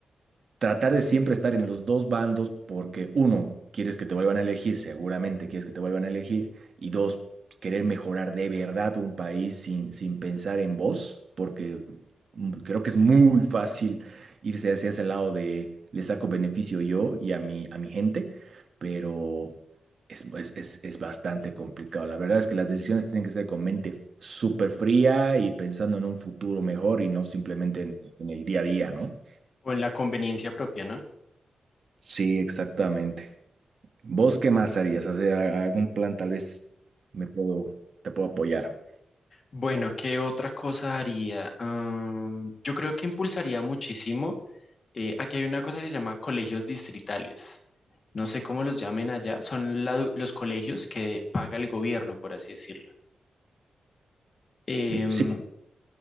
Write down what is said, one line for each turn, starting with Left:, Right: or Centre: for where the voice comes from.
Right: tratar de siempre estar en los dos bandos porque uno, quieres que te vuelvan a elegir, seguramente quieres que te vuelvan a elegir, y dos, querer mejorar de verdad un país sin, sin pensar en vos, porque mm, creo que es muy fácil irse hacia ese lado de le saco beneficio yo y a mi, a mi gente, pero... Es, es, es- es bastante complicado. La verdad es que las decisiones tienen que ser con mente súper fría y pensando en un futuro mejor y no simplemente en en el día a día, ¿no?
Left: o en la conveniencia propia, ¿no?
Right: Sí, exactamente. ¿Vos qué más harías? O sea, algún plan tal vez me puedo, te puedo apoyar.
Left: Bueno, ¿qué otra cosa haría? Ah, yo creo que impulsaría muchísimo Eh, aquí hay una cosa que se llama colegios distritales. No sé cómo los llamen allá. Son la du- los colegios que paga el gobierno, por así decirlo. Em,
Right: Sí,